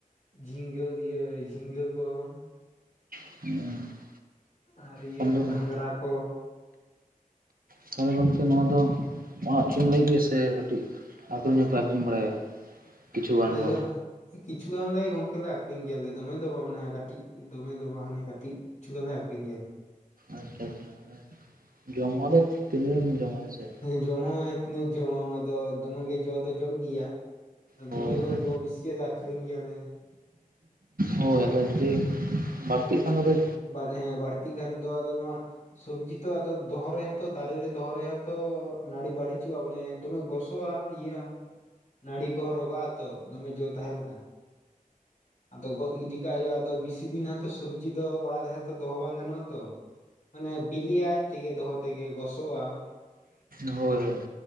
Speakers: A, on the left; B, on the right.
A: ᱡᱷᱤᱸᱜᱟᱹ ᱤᱭᱟᱹ, ᱡᱷᱤᱸᱜᱟᱹ ᱠᱚ ᱾
B: <inaudible>
A: ᱟᱨ ᱤᱭᱟᱹ
B: ᱛᱟᱦᱚᱞᱮ
A: ᱠᱚ, ᱜᱷᱟᱸᱜᱷᱨᱟ ᱠᱚ᱾
B: ᱛᱟᱦᱚᱞᱮ ᱜᱚᱝᱠᱮ ᱱᱚᱣᱟ ᱫᱚ ᱚᱲᱟᱜ ᱡᱚᱢ ᱞᱟᱹᱜᱤᱫ ᱜᱮ ᱥᱮ ᱠᱟᱹᱴᱤᱡᱼᱼ ᱟᱠᱷᱨᱤᱧ <unintelligible> ᱱᱟᱯᱟᱭ ᱟᱠᱷᱨᱤᱧ ᱵᱟᱲᱟᱭᱟ ᱠᱤᱪᱷᱩ ᱜᱟᱱ
A: ᱟᱞᱮ ᱫᱚᱼᱼ
B: ᱫᱚ
A: ᱠᱤᱪᱷᱩ ᱜᱟᱱ ᱞᱮ ᱜᱚᱝᱠᱮ ᱞᱮ ᱟᱠᱷᱨᱤᱧ ᱜᱮᱭᱟ ᱞᱮ ᱫᱚᱢᱮ ᱫᱚ ᱵᱟᱝ ᱢᱟᱱᱮ ᱠᱟᱹᱴᱤᱡ ᱫᱚᱢᱮ ᱫᱚ ᱵᱟᱝ ᱦᱟᱱᱮ ᱠᱟᱹᱴᱤᱡᱼᱼ ᱠᱤᱪᱷᱩ ᱜᱟᱱ ᱞᱮ ᱟᱠᱷᱨᱤᱧ ᱜᱮᱭᱟᱞᱮᱼᱼ
B: ᱟᱪᱪᱷᱟ ᱟᱪᱪᱷᱟ ᱢᱟᱱᱮ ᱡᱚᱢ ᱦᱚᱸ ᱫᱚ ᱛᱤᱱᱟᱹᱜ ᱮᱢ ᱡᱚᱢᱟ ᱦᱮᱸ ᱥᱮ
A: ᱡᱚᱢ ᱦᱚᱸ ᱛᱤᱱᱟᱹᱜ ᱡᱚᱢᱟᱢ ᱟᱫᱚ ᱫᱚᱢᱮ ᱜᱮ ᱡᱚ ᱫᱚ ᱡᱚᱜ ᱜᱮᱭᱟ ᱟᱫᱚ
B: ᱦᱳᱭ
A: ᱫᱚᱢᱮ ᱡᱚᱠᱷᱚᱱ
B: ᱚᱱᱮ
A: ᱡᱚ ᱵᱤᱥᱤ ᱟᱫᱚ ᱟᱹᱠᱷᱨᱤᱧ ᱜᱮᱭᱟ ᱞᱮ
B: ᱦᱳᱭ ᱟᱫᱚ ᱡᱩᱫᱤ ᱵᱟᱹᱲᱛᱤᱜ ᱠᱷᱟᱱ ᱫᱚ ᱠᱟᱡ
A: <unintelligible> ᱦᱮᱸ ᱵᱟᱹᱲᱛᱤ ᱠᱷᱟᱱ ᱫᱚ ᱟᱫᱚ ᱱᱚᱣᱟᱼᱼ ᱥᱚᱵᱽᱡᱤ ᱛᱚ ᱟᱫᱚ ᱫᱚ ᱦᱚ ᱨᱮ ᱦᱚᱸ ᱛᱚ ᱫᱟᱨᱮ ᱨᱮ ᱫᱚᱦᱚ ᱨᱮ ᱦᱚᱸ ᱛᱚ ᱱᱟᱹᱲᱤ ᱵᱲᱤᱡᱚᱜᱼᱟ ᱢᱟᱱᱮ ᱫᱚᱢᱮ ᱜᱚᱥ ᱥᱚᱣᱟ ᱤᱭᱟᱹᱼᱟ ᱱᱟᱹᱲᱤ ᱠᱚ ᱦᱚᱸ ᱨᱚᱜᱟᱜᱼᱟᱛᱚ ᱫᱚᱢᱮ ᱡᱚ ᱛᱟᱦᱮᱸ ᱞᱮᱠᱟᱱ ᱟᱫᱚ ᱜᱚᱫ ᱜᱤᱰᱤ ᱠᱟᱜ ᱦᱩᱭᱩᱜ ᱟᱫᱚ ᱵᱮᱥᱤ ᱫᱤᱱ ᱦᱚᱸ ᱛᱚ ᱥᱚᱵᱽᱡᱤ ᱫᱚ ᱚᱲᱟᱜ ᱨᱮ ᱦᱚᱸ ᱛᱚ ᱫᱚᱦᱚ ᱵᱟᱝ ᱜᱟᱱᱚᱜ ᱟᱛᱚ ᱢᱟᱱᱮ ᱵᱤᱞᱤ-ᱟ ᱟᱡ ᱛᱮ ᱜᱮ ᱫᱚᱦᱚ ᱛᱮᱜᱮ ᱜᱚᱥᱚᱜᱼᱟ
B: ᱦᱳᱭ ᱦᱳᱭ